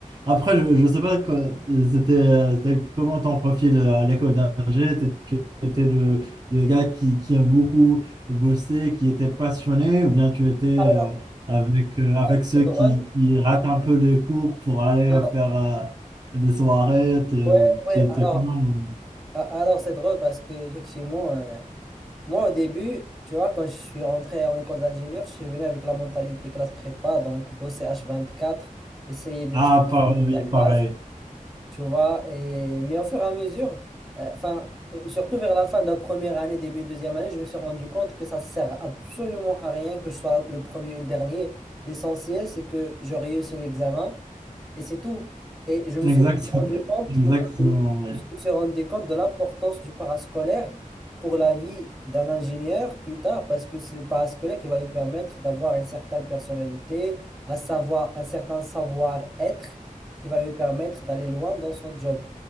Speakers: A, on the right (about 30°); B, in the centre.
A: Après, je, je sais pas quoi, c'était, euh, c'était comment ton profil euh, à l'école d'ingé. T'es- Tu étais le, le gars qui, qui aime beaucoup bosser, qui était passionné, ou bien tu étais
B: Alors,
A: euh, avec, euh, avec
B: c'est
A: ceux
B: drôle.
A: qui, qui ratent un peu les cours pour aller
B: Ah,
A: faire euh, les soirées, t'es,
B: ouais, ouais,
A: t'es-
B: alors,
A: t'es comment? euh
B: a- alors c'est drôle parce que, effectivement, euh, moi, au début, tu vois, quand je suis rentré en école d'ingénieur, je suis venu avec la mentalité classe prépa, donc bosser h vingt-quatre, essayer d'être
A: Ah, par- oui,
B: la classe.
A: pareil.
B: tu vois. Et, mais au fur et à mesure, euh, enfin, euh, surtout vers la fin de la première année, début de deuxième année, je me suis rendu compte que ça sert absolument à rien que je sois le premier ou le dernier. L'essentiel, c'est que je réussis l'examen et c'est tout. Et je me
A: exact,
B: suis rendu
A: <laughs>
B: compte,
A: Exactement,
B: je
A: ouais.
B: me suis rendu compte de l'importance du parascolaire pour la vie d'un ingénieur plus tard, parce que c'est le parascolaire qui va lui permettre d'avoir une certaine personnalité, un savoir, un certain savoir-être qui va lui permettre d'aller loin dans son job.